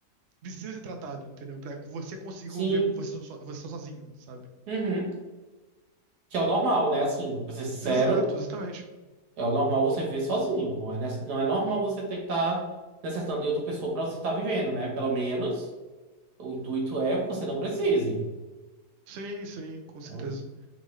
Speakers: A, on the right (about 60°); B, on the right (about 85°).
A: Precisa ser tratado, entendeu? Pra você conseguir
B: Sim.
A: conviver com você, so- você sozinho, sabe?
B: Uhum. Que é o normal, né? Assim, pra ser sincero,
A: Exato, exatamente.
B: é o normal você viver sozinho. Não é, nece- não é normal você ter que estar necessitando de outra pessoa pra você estar vivendo, né? Pelo menos o intuito é você não precise.
A: Sim, sim, com certeza.
B: Então,